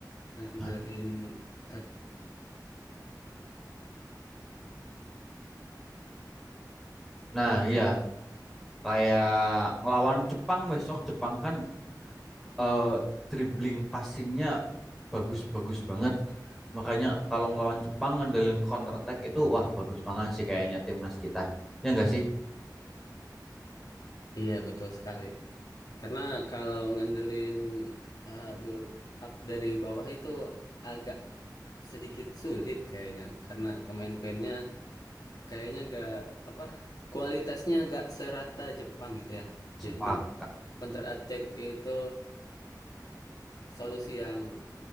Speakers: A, on the left; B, in the centre.
A: ngandelin
B: Nah,
A: kata
B: nah iya kayak ngelawan Jepang besok Jepang kan eh, dribbling passingnya bagus bagus banget. Makanya kalau ngelawan Jepang ngandelin counter attack itu wah bagus banget sih kayaknya timnas kita. Ya enggak sih?
A: iya betul sekali karena kalau ngandelin uh, build up dari bawah itu agak sedikit sulit kayaknya karena pemain-pemainnya kayaknya gak apa kualitasnya gak serata Jepang gitu ya
B: Sepakat.
A: jadi counter attack itu solusi yang